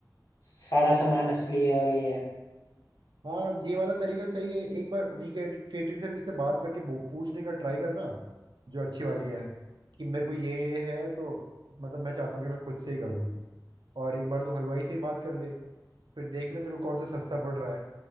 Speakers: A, on the left; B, on the right.
A: सारा सामान असली है और ये है
B: हाँ ये वाला तरीका सही है एक बार उन्हीं के केटरिंग सर्विस से बात करके वो- पूछने का ट्राई करना जो अच्छी वाली है कि मेरे को ये ये है तो मतलब मैं चाहता हूँ कि मैं खुद से ही करूँ और एक बार तो हलवाई से ही बात कर ले फिर देख ले तेरे को कौन सा सस्ता पड़ रहा है